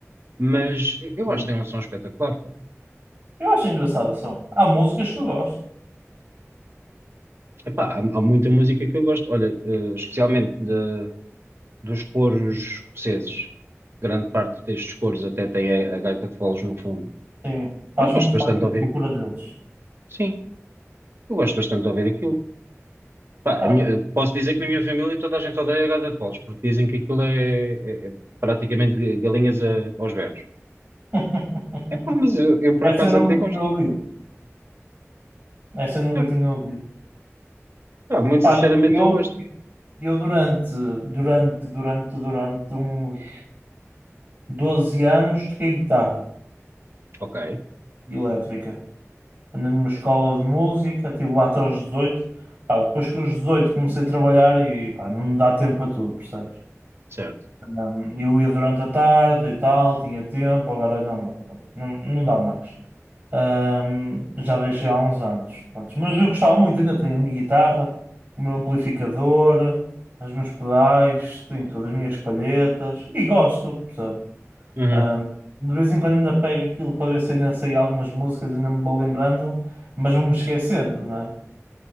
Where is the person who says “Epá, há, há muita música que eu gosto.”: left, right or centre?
Right